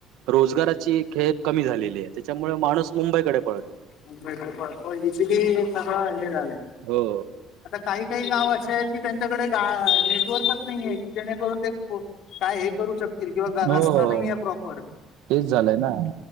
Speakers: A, on the right; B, on the left.
A: रोजगाराची खेप कमी झालेलीये. त्याच्यामुळे माणूस मुंबईकडे पळतो.
B: मुंबईकड पळतो. इजीली सगळ हे झालय.
A: हो.
B: आता काही काही गाव असे आहेत. की त्यांच्याकडे गा नेटवर्क नाही की जेणेकरून ते काय हे करू शकतील. किंवा
A: हो
B: रस्ता नाहीये प्रॉपर.
A: तेच झालंय ना.